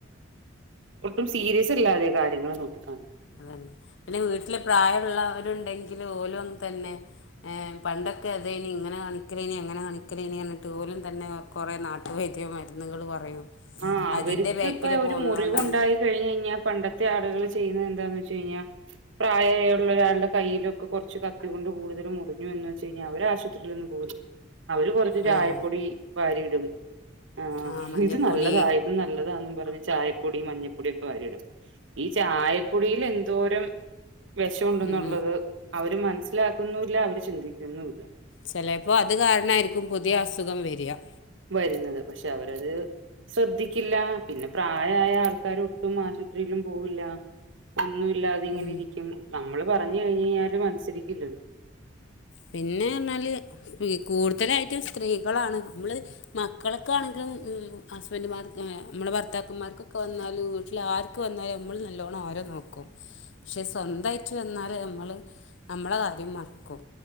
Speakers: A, on the right; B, on the left.
A: ഒട്ടും സീരിയസില്ലാതെ കാര്യങ്ങൾ നോക്കിക്കാണും
B: അതന്നെ പിന്നെ വീട്ടില് പ്രായമുള്ളവരുണ്ടെങ്കില് ഓലും തന്നെ ഏ പണ്ടൊക്കെ അതയ്നി ഇങ്ങനെ കാണിക്കലേനി അങ്ങനെ കാണിക്കലേനി പറഞ്ഞിട്ട് ഓലും തന്നെ കുറേ നാട്ട് വൈദ്യ മരുന്നുകള് പറയും
A: ആഹ് അവർക്കിപ്പൊ
B: അതിൻ്റെ ബേക്കിൽ
A: ഒരു
B: പോകുന്നോണ്ടാണ്
A: മുറിവുണ്ടായി കഴിഞ്ഞ് കഴിഞ്ഞാ പണ്ടത്തെ ആുകൾ ചെയ്യുന്നത് എന്താന്ന് വെച്ച് കഴിഞ്ഞാൽ പ്രായവായ ഒള്ള ഒരാളുടെ കയ്യിലൊക്കെ കുറച്ച് കത്തി കൊണ്ട് കൂടുതല് മുറിഞ്ഞു എന്ന് വെച്ച് കഴിഞ്ഞാൽ അവര് ആശുപത്രിയിലൊന്നും പോവൂലാ അവര് കുറച്ച് ചായപ്പൊടി
B: ഉം
A: വാരിയിടും ആ
B: ആഹ് മഞ്ഞപ്പൊടി
A: ഇത് നല്ലതാ ഇത് നല്ലതാന്നും പറഞ്ഞ് ചായപ്പൊടി മഞ്ഞപ്പൊടിയൊക്കെ വാരിയിടും ഈ ചായപ്പൊടിയിൽ എന്തോരം വെഷം ഉണ്ടെന്നുള്ളത്
B: ഉം
A: അവര് മനസ്സിലാക്കുന്നുവില്ല അവര് ചിന്തിക്കുന്നുവില്ല
B: ചെലപ്പം അത് കാരണായിരിക്കും പുതിയ അസുഖം വരുക
A: വരുന്നത് പക്ഷെ അവരത് ശ്രദ്ധിക്കില്ല പിന്നെ പ്രായം ആയ ആൾക്കാര് ഒട്ടും ആശൂ ത്രീലും പോവില്ല ഒന്നും ഇല്ലാതെ ഇങ്ങനെ
B: ഉം
A: ഇരിക്കും നമ്മള് പറഞ്ഞ് കഴിഞ്ഞ് കഴിഞ്ഞാലും അനുസരിക്കില്ലല്ലോ
B: പിന്നെ പറഞ്ഞാല് കൂടുതലായിട്ടും സ്ത്രീകളാണ് നമ്മള് മക്കളൊക്കാണെങ്കിലും ഹസ്ബൻഡുമാർ നമ്മടെ ഭർത്താക്കന്മാർക്കൊക്കെ വന്നാല് എല്ലാർക്ക് വന്നാലും നമ്മള് നല്ലോണ്ണം അവരെ നോക്കും പക്ഷെ സ്വന്തായിട്ട് വന്നാല് നമ്മള് നമ്മടെ കാര്യം മറക്കും